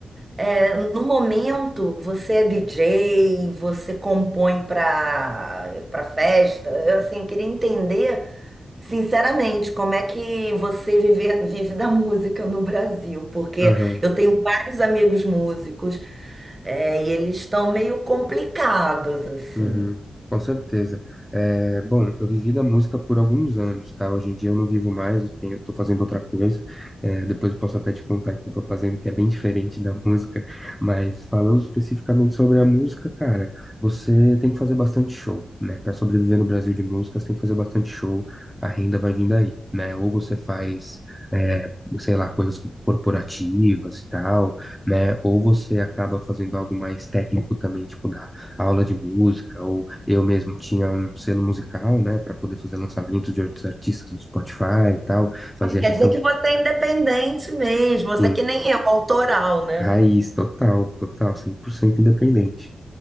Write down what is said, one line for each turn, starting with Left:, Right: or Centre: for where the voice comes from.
Right: É, no momento, você é DJ, você compõe para para festa. Eu, assim, eu queria entender Sinceramente, como é que você vive, vive da música no Brasil? Porque
Centre: Aham.
Right: eu tenho vários amigos músicos, é, e eles estão meio complicados, assim.
Centre: Uhum, com certeza. É, bom, eu vivi da música por alguns anos, tá? Hoje em dia eu não vivo mais, eu tenho, tô fazendo outra coisa. É, depois eu posso até te contar o que eu tô fazendo, que é bem <laughs> diferente da música. Mas falando especificamente sobre a música, cara, você tem que fazer bastante show, né? Para sobreviver no Brasil de música, você tem que fazer bastante show, a renda vai vindo aí, né? Ou você faz, é, sei lá, coisas co- corporativas e tal, né? Ou você acaba fazendo algo mais técnico também, tipo da aula de música, ou eu mesmo tinha um selo musical, né, para poder fazer lançamentos de outros artistas no Spotify e tal, fazer
Right: Ah, Quer
Centre: a gestão
Right: dizer
Centre: de
Right: que você é independente mesmo, você
Centre: plugin
Right: é que nem eu, autoral, né?
Centre: raiz, total, total, 100% independente.